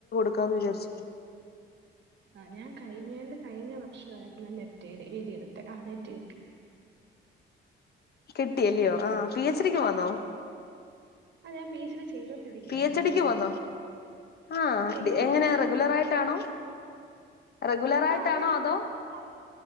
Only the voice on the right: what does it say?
ആ ഞാൻ കഴിഞ്ഞേന്റെ കഴിഞ്ഞ വർഷായിരുന്നുനെറ്റെയുതിയത് ആ നെറ്റ് കിട്ടി
ആ ഞാൻ പി എച്ച് ചെയ്തോണ്ടിരിക്കുവാ
എം
ജി യൂണിവേഴ്സിറ്റിയിൽ
ചെയ്തോണ്ടിരിക്കുവാ
ആ റെഗുലർ
ആഹ്